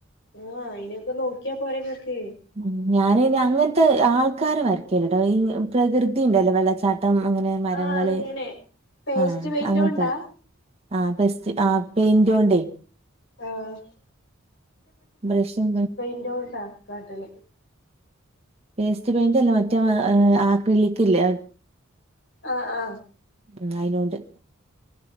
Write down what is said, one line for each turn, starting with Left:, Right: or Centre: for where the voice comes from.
Left: ആ അയിനൊക്കെ നോക്ക്യ പോരെ ഇങ്ങക്ക്
Right: ഉം ഞാന് പിന്നെ അങ്ങൻത്തെ ആൾക്കാരെ വരക്കല്ലട്ടോ ഈ പ്രകൃതിണ്ടല്ലോ വെള്ളച്ചാട്ടം അങ്ങനെ മരങ്ങള്
Left: ആഹ് അങ്ങനെ പേസ്റ്റ്
Right: ആ
Left: പെയിന്റോണ്ടാ
Right: അങ്ങൻത്തെ വരക്കും ആ <unintelligible> ആ പെയിന്റോണ്ടേ
Left: ആഹ്
Right: ബ്രഷും
Left: ന്റോ ണ്ടാ കാട്ടല്
Right: പേസ്റ്റ് പെയിന്റ് അല്ല മറ്റേ ആക്രി ലിക്കില്ലേ
Left: ആ ആ
Right: ഉം അയിനോണ്ട്